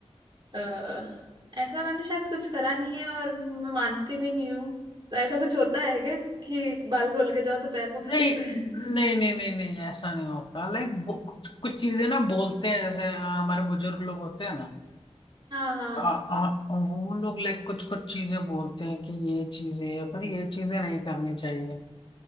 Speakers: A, on the right; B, on the left.
A: अ, ऐसा मैंने शायद कुछ करा नहीं है और मैं मानती भी नहीं हूँ तो ऐसा कुछ होता है क्या कि बाल खोल के जाओ तो पैर पकड़
B: नहीं
A: लेते हैं
B: नहीं नहीं नहीं नहीं ऐसा नहीं होता लाइक कुछ कुछ चीजें ना बोलते हैं जैसे अ, हमारे बुजुर्ग लोग होते हैं ना
A: हाँ हाँ
B: आ, आ, वो लोग लाइक कुछ कुछ चीजें बोलते हैं कि ये चीजें या फिर ये चीजें नहीं करनी चाहिए